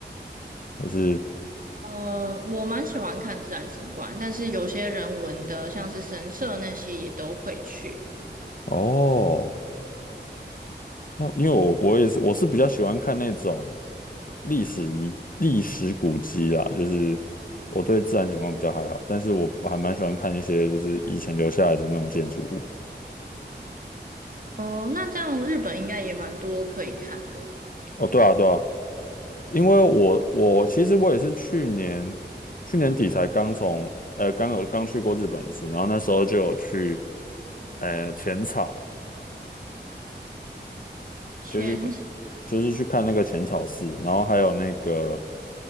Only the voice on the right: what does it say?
呃，我蛮喜欢看自然景观，但是有些人文的，像是神社那些也都会去。
哦，那这样日本应该也蛮多可以看的。
前